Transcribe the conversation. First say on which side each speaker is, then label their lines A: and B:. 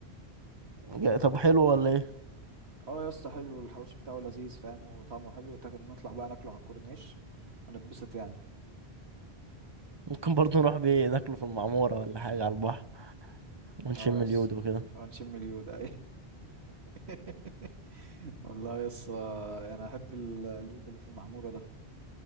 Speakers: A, on the right; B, on the right.
A: جا- طب حلو ولا ايه؟
B: اه يا اسطى حلو الحوش بتاعه لذيذ فاهم وطعمه حلو وتاك- نطلع بقى ناكله على الكورنيش هنتبسط يعني
A: <laughs> ممكن برضو نروح بيه ناكله في المعمورة ولا حاجة على البحر ونشم
B: اه يا
A: اليود
B: اسطى
A: وكده
B: ونشم اليود <laughs> اي <laughs> والله يس انا احب ال- اليود اللي في المعموره ده